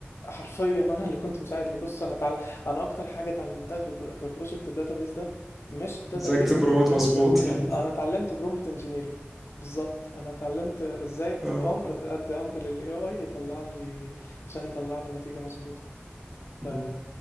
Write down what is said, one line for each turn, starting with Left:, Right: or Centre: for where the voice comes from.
Left: حرفيا انا اللي كنت مساعد ليه بص انا تعال... انا اكتر حاجه اتعلمتها في بر... في بروجكت الداتابيز ده مش الداتابيز
Centre: ازاي اكتب
Left: انا
Centre: برومت
Left: اتعلمت
Centre: مظبوط <laughs>
Left: انا اتعلمت برومبت انجينيرنج بالظبط انا اتعلمت ازاي اكتب
Centre: اه
Left: امر أد- ادي امر للاي اي يطلع لي عشان يطلع لي نتيجه مظبوطه
Centre: مم.
Left: ف